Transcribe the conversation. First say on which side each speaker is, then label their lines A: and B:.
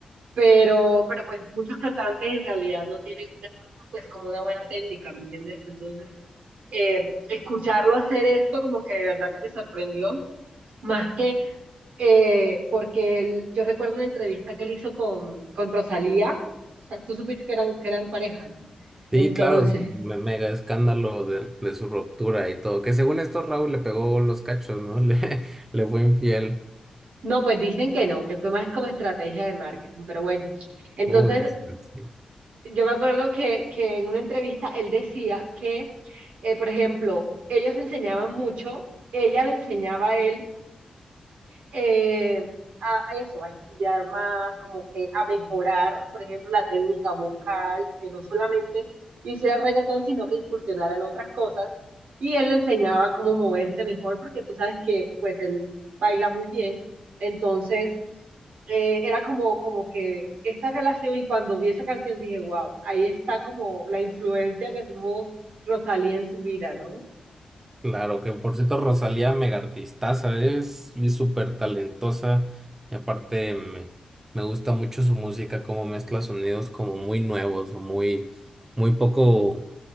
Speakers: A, on the right; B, on the right.
A: pero, pero pues muchos cantantes en realidad no tienen una, pues como una buena técnica, ¿me entiendes? Entonces, eh, escucharlo hacer esto como que de verdad que me sorprendió, más que eh, porque él- yo recuerdo una entrevista que él hizo con, con Rosalía, o sea, tú supiste que eran, que eran pareja, ¿no? Entonces,
B: Sí, claro, es un me- mega escándalo de, de su ruptura y todo. Que según esto, Raúl le pegó los cachos, ¿no? <laughs> Le, le fue infiel.
A: no, pues dicen que no, que fue más como estrategia de marketing, pero bueno, entonces
B: Uy, pues sí.
A: yo me acuerdo que, que en una entrevista él decía que, eh, por ejemplo, ellos enseñaban mucho, ella le enseñaba a él eh, a eso, a estudiar más, como que a mejorar, por ejemplo, la técnica vocal, que no solamente hiciera reggaetón, sino que incursionara en otras cosas. Y él le enseñaba cómo moverse mejor, porque tú sabes que pues él baila muy bien. Entonces, eh, era como, como que esta relación y cuando vi esa canción dije, wow, ahí está como la influencia que tuvo Rosalía en su vida, ¿no?
B: Claro, que por cierto, Rosalía mega artistaza, es y súper talentosa. Y aparte, me, me gusta mucho su música, cómo mezcla sonidos como muy nuevos o muy, muy poco